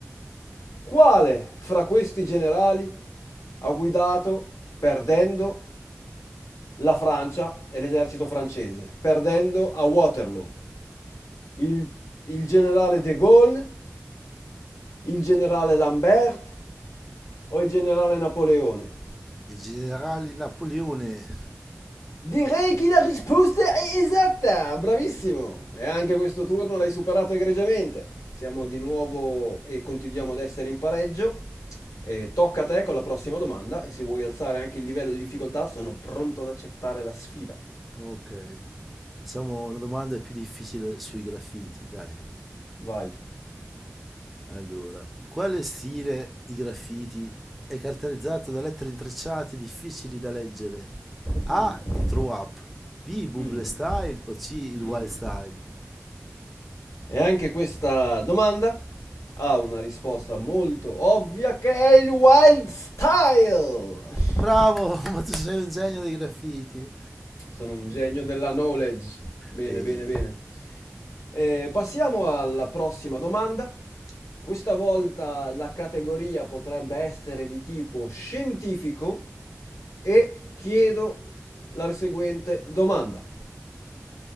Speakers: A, on the left; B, in the centre.
A: Quale fra questi generali ha guidato perdendo la Francia e l'esercito francese, perdendo a Waterloo? Il, il generale De Gaulle, il generale Lambert o il generale Napoleone?
B: il generale Napoleone.
A: Direi che la risposta è esatta, bravissimo! E anche questo turno l'hai superato egregiamente. Siamo di nuovo e continuiamo ad essere in pareggio. E tocca a te con la prossima domanda e se vuoi alzare anche il livello di difficoltà sono pronto ad accettare la sfida.
B: Ok, facciamo una domanda più difficile sui graffiti, dai.
A: Vai.
B: Allora, quale stile di graffiti è caratterizzato da lettere intrecciate difficili da leggere? A.
A: Mm,
B: Il throw up. B. Il bubble
A: mm,
B: style o C. Il
A: mm.
B: wild style?
A: E anche questa domanda ha una risposta molto ovvia che è il wild style.
B: Bravo, <laughs> ma tu sei un genio dei graffiti.
A: Sono un genio della knowledge. Bene,
B: E
A: bene, bene. Eh, passiamo alla prossima domanda. Questa volta la categoria potrebbe essere di tipo scientifico e chiedo la seguente domanda.